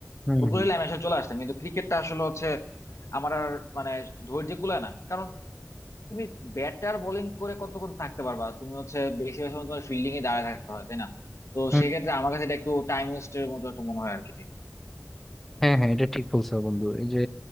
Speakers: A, in the centre; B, on the left.
A: হম
B: ফুটবল হইলে আমি আসলে চলে আসতাম কিন্তু ক্রিকেটটা আসলে হচ্ছে আমার আর মানে ধৈর্য কুলায় না কারণ তুমি ব্যাটার বোলিং করে কতক্ষণ থাকতে পারবা তুমি হচ্ছে বেশিরভাগ সময় তোমার ফিল্ডিং এ দাঁড়ায় থাকতে হয় তাই না তো
A: হম
B: সেক্ষেত্রে আমার কাছে এটা একটু টাইম ওয়েস্টের মতো একটু মনে হয় আর কি
A: হ্যাঁ হ্যাঁ এটা ঠিক বলছো বন্ধু এই যে